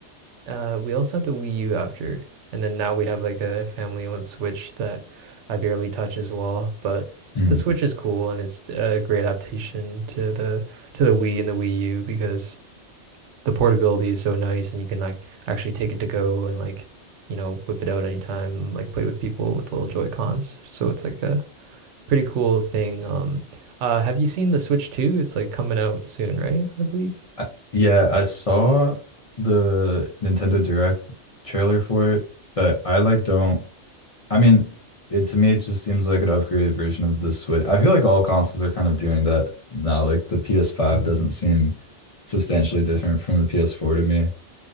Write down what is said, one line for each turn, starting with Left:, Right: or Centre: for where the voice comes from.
Right: uh, we also had the Wii U after. And then now we have like a family-owned Switch that I barely touch as well. But
Left: Mm-hmm.
Right: the Switch is cool, and it's a great adaptation to the to the Wii and the Wii U because the portability is so nice, and you can like actually take it to go and like you know whip it out anytime, like play with people with little Joy Cons. So it's like a pretty cool thing. Um, uh, have you seen the Switch 2? It's like coming out soon, right? I believe.
Left: I, yeah, I saw the Nintendo Direct trailer for it, but I like don't. I mean, it to me it just seems like an upgraded version of the Switch. I feel like all consoles are kind of doing that now. Like the PS5
Right: Mhm.
Left: doesn't seem substantially different from the PS4 to me.